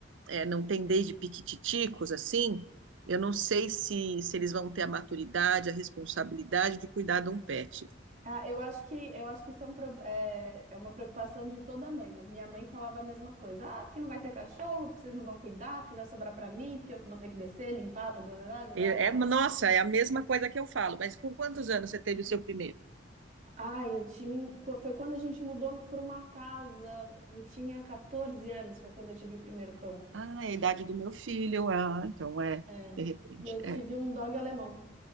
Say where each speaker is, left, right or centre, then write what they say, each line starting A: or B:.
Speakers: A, on the right; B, on the right.
A: é, não têm desde piquititicos assim, eu não sei se se eles vão ter a maturidade, a responsabilidade de cuidar de um pet.
B: ah, eu acho que eu acho que isso é, um pro- é- é uma preocupação de toda mãe, né? Minha mãe falava a mesma coisa. Ah, porque não vai ter cachorro, porque vocês não vão cuidar, porque vai sobrar pra mim, porque eu que vou ter que descer, limpar, blá, blá, blá, blá,
A: É,
B: blá.
A: é- nossa, é a mesma coisa que eu falo, mas com quantos anos você teve o seu primeiro?
B: Ai, eu tinha. qu- Foi quando a gente mudou no- pra uma casa. Eu tinha 14 anos, foi quando eu tive o primeiro cão.
A: Ah, é a idade do meu filho. Ah, então é,
B: É,
A: de repente.
B: e eu tive
A: É.
B: um dog alemão.